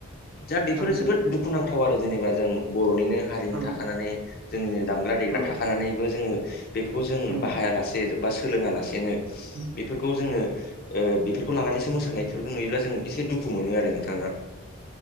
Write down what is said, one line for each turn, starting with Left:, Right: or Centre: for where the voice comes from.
Left: दा बेफोरो
Right: उम
Left: जोबोद दुख खुनांथाव आरो जेनेबा जों बर'निनो हारिमु
Right: उम
Left: थाखानानै जोंनिनो दामग्रा देग्रा
Right: उम
Left: थाखानानैबो जोङो बेफोरखौ जों
Right: उम
Left: बाहायालासे बा सोलोङा लासेनो
Right: औ
Left: बेफोरखौ जोङो ओ बेफोरखौ लानानैसो मोसानायफोरखौ नुयोब्ला जों एसे दुखु मोनो आरो। नोंथाङा